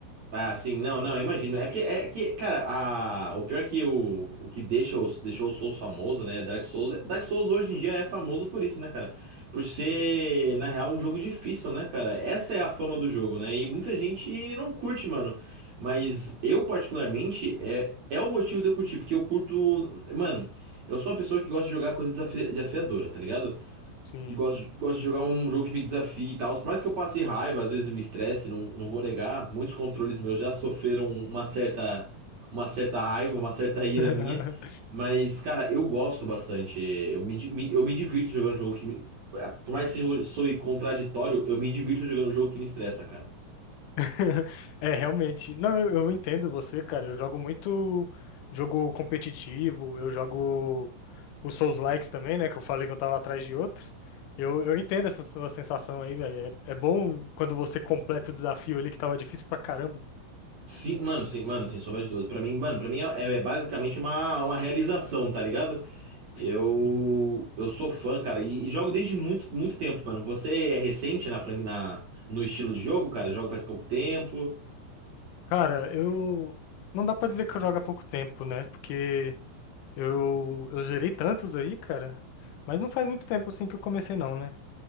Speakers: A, on the right; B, on the left.
A: Ah, sim, não, não, eu imagino. É que, é que, cara, a, o pior é que o, o que deixa os, deixou o Souls famoso, né? Dark Souls. é, Dark Souls hoje em dia é famoso por isso, né, cara? Por ser,
B: Sim,
A: na real, um jogo difícil, né, cara? Essa é a fama do jogo, né? E muita gente não curte, mano. Mas eu, particularmente, é, é o motivo de eu curtir, porque eu curto. Mano, eu sou uma pessoa que gosta de jogar coisa desafi- desafiadora, tá ligado?
B: sim.
A: E gosto, gosto de jogar um jogo que me desafie e tal. Por mais que eu passe raiva, às vezes me estresse, não, não vou negar. Muitos controles meus já sofreram uma certa, uma certa raiva, uma certa ira
B: <laughs>
A: minha. Mas, cara, eu gosto bastante. Eu me, di- me- eu me divirto jogando um jogo que me. é, Por mais que eu soe contraditório, eu me divirto jogando um jogo que me estressa, cara.
B: <laughs> É, realmente. Não, eu, eu entendo você, cara. Eu jogo muito jogo competitivo, eu jogo os Souls-likes também, né? Que eu falei que eu tava atrás de outro. Eu, eu entendo essa sua sensação aí, velho. É, é bom quando você completa o desafio ali que tava difícil pra caramba.
A: Sim, mano, sim, mano, sem sombra de dúvida. Pra mim, mano, pra mim é, é basicamente uma, uma realização, tá ligado? Eu,
B: Sim.
A: eu sou fã, cara, e, e jogo desde muito, muito tempo, mano. Você é recente na, fran- na no estilo de jogo, cara? Jogo faz pouco tempo.
B: Cara, eu. Não dá pra dizer que eu jogo há pouco tempo, né? Porque eu, eu zerei tantos aí, cara. Mas não faz muito tempo assim que eu comecei, não, né?